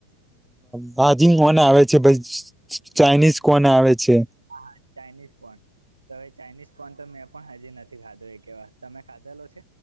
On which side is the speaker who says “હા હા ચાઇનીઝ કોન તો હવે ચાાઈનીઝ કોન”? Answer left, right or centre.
Right